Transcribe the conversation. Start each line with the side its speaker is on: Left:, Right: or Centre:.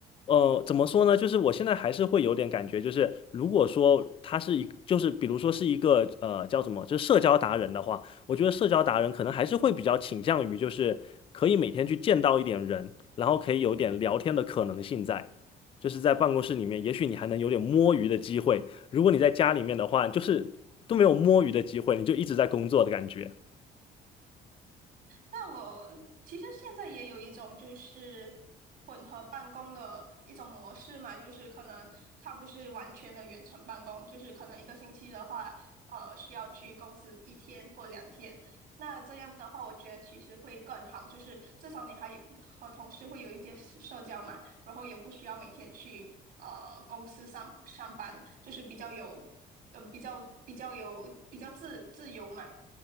Left: 呃，怎么说呢？就是我现在还是会有点感觉，就是如果说他是一，就是比如说是一个呃叫什么，就是社交达人的话，我觉得社交达人可能还是会比较倾向于就是可以每天去见到一点人，然后可以有点聊天的可能性在，就是在办公室里面，也许你还能有点摸鱼的机会。如果你在家里面的话，就是都没有摸鱼的机会，你就一直在工作的感觉。
Right: 那我其实现在也有一种就是混合办公的一种模式嘛，就是可能它不是完全的远程办公，就是可能一个星期的话，呃，需要去公司一天或两天。那这样的话，我觉得其实会更好，就是至少你还有和同事会有一些社社交嘛，然后也不需要每天去呃公司上上班，就是比较有，嗯、比较比较有比较自自由嘛，